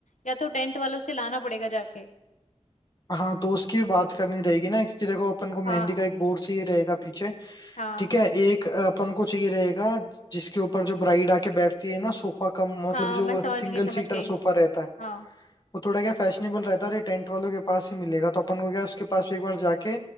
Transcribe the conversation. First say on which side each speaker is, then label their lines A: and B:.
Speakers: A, on the left; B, on the left.
A: या तो टेंट वालों से लाना पड़ेगा जाके
B: हाँ तो उसकी भी बात करनी रहेगी ना क्योंकि देखो अपन को मेहंदी
A: हाँ
B: का एक बोर्ड चाहिए रहेगा पीछे
A: हाँ
B: ठीक है एक अपन को चाहिए रहेगा जिसके ऊपर जो ब्राइड आके बैठती है ना सोफा कम मतलब
A: हाँ
B: जो
A: मैं समझ
B: सिंगल
A: गई समझ
B: सीटर
A: गई
B: सोफा रहता है
A: हाँ
B: वो थोड़ा क्या फैशनेबल रहता है और ये टेंट वालों के पास ही मिलेगा तो अपन को क्या उसके पास भी एक बार जाके